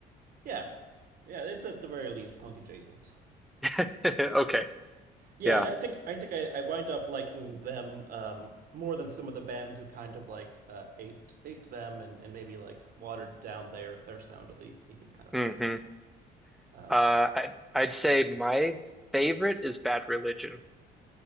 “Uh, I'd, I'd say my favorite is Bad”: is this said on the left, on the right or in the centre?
Centre